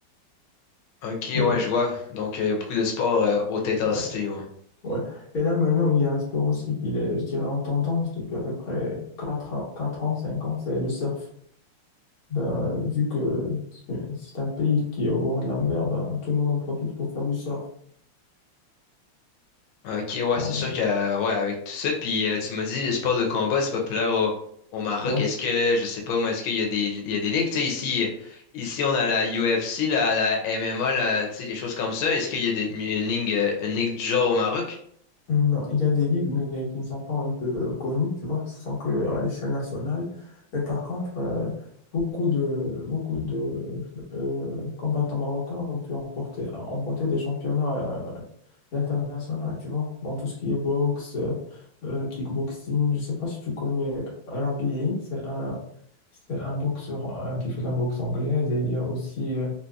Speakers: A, on the left; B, on the left.
A: Ok,
B: Mais
A: ouais,
B: bon.
A: je vois. Donc, euh, il y a beaucoup de sports euh, haute intensité,
B: ouais.
A: ouais.
B: Ouais. Et là, maintenant, il y a un sport aussi qui est, je dirais, en tendance depuis à peu près 4 ans, 4 ans, 5 ans, c'est le surf. Ben, vu que c'est c'est un pays qui est au bord de la mer, ben, tout le monde en profite pour faire du surf.
A: Ok, ouais,
B: Donc,
A: c'est sûr
B: euh,
A: que, euh, ouais, avec tout ça, puis euh, tu m'as dit, le sport de combat, c'est populaire au, au Maroc.
B: ouais.
A: Est-ce que, je sais pas, moi, est-ce qu'il y a des, il y a des ligues, tu sais, ici, euh, ici, on a la UFC, la, la MMA, la- tu sais, des choses comme ça. Est-ce qu'il y a des- une ligue, euh, une ligue du genre au Maroc?
B: Hmm, Non, il y a des ligues, mais qui ne sont pas un peu euh, connues, tu vois, ce sont que à l'échelle nationale. Mais par contre, euh, beaucoup de, beaucoup de euh, combattants marocains ont pu emporter, emporter des championnats euh, l'international, tu vois, dans tout ce qui est boxe, euh, euh, kickboxing. Je sais pas si tu connais Rabi, c'est un, c'est un boxeur euh, qui fait de la boxe anglaise. Et il y a aussi euh,